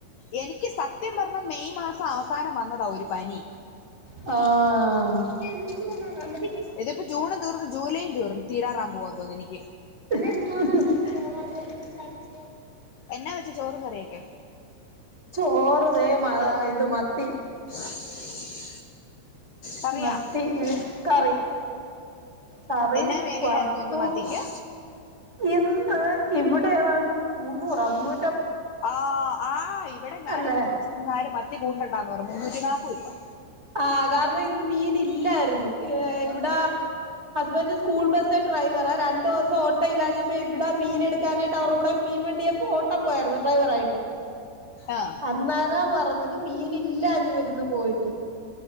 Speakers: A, on the left; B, on the right.
A: എനിക്ക് സത്യം പറഞ്ഞ മെയ് മാസം അവസാനം വന്നതാ ഒരു പനി
B: ആഹ്
A: ഇതിപ്പോ ജൂണും തീർന്നും ജൂലൈയും തീർന്നും തീരാറവാൻ പോകുവാൻ തോന്നുന്നു എനിക്ക്
B: <unintelligible>
A: എന്നാ വെച്ച് ചോറും കറിയൊക്കെ
B: ചോറ് ദേ <unintelligible> മത്തി
A: <inaudible> കറിയാ
B: മത്തി മേ ക്കറി കറിയും
A: എന്നാ വിലയായിരുന്നു
B: വറുത്തു
A: ഇന്ന് മത്തിക്ക്
B: ഇന്ന് ഇവിടെ ഏതാണ്ട് മുന്നൂറാ മുന്നൂ
A: ആഹ് ആഹ് ഇവിടെ ഞാനിന്ന്
B: അല്ലേ
A: ചോദിച്ചിട്ട് ആരും മത്തി കൂട്ടണ്ടാന്ന് പറഞ്ഞ് മുന്നൂറ്റി നാല്പ്പത് രൂപ
B: ആഹ്. കാരണം ഇന്ന് മീൻ ഇല്ലായിരുന്നു ഏഹ് ഇവിടെ ഹസ്ബന്റ് സ്കൂൾ ബസ് ഡ്രൈവറാ രണ്ടു ദിവസം ഓട്ടം ഇല്ലാഞ്ഞപ്പോ ഇവിടെ മീൻ എടുക്കാനായിട്ട് അവര കൂടെ മീൻ വണ്ടിയെ ഓട്ടം പോയാരുന്നു ഡ്രൈവർ ആയിട്ട്
A: ആഹ്
B: അന്നാരാ പറഞ്ഞത് മീനില്ല <unintelligible> പോയിട്ട്